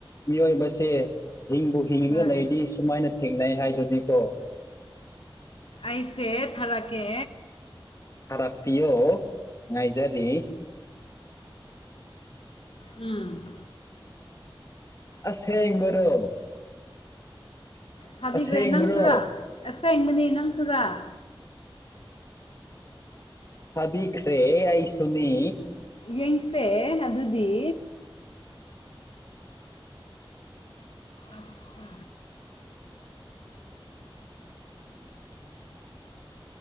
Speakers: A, on the left; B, on the left.
A: ꯃꯤꯑꯣꯏꯕꯁꯦ ꯍꯤꯡꯕꯨ ꯍꯤꯡꯉꯒ
B: ꯍꯣꯏ
A: ꯂꯩꯗꯤ ꯁꯨꯃꯥꯏꯅ ꯊꯦꯡꯅꯩ ꯍꯥꯏꯗꯨꯗꯤꯀꯣ
B: ꯑꯩꯁꯦ ꯊꯥꯔꯛꯀꯦ
A: ꯊꯔꯄꯌꯣ ꯅꯥꯥꯏꯖꯔꯤꯔꯤ
B: ꯎꯝ
A: ꯑꯁ ꯍꯦ ꯏ ꯃꯔꯣ
B: ꯊꯥꯕꯤꯈ꯭ꯔꯦ
A: ꯑꯁꯦꯡꯕꯔꯣ
B: ꯅꯪ ꯁꯨꯔꯥ ꯑꯁ ꯁꯦꯡꯕꯅꯤ ꯅꯪ ꯁꯨꯔꯥ
A: ꯊꯥꯕꯤꯈ꯭ꯔꯦ ꯑꯩ ꯁꯨꯅꯤ
B: ꯌꯦꯡꯁꯦ ꯑꯗꯨꯗꯤ ꯑꯠꯆꯥ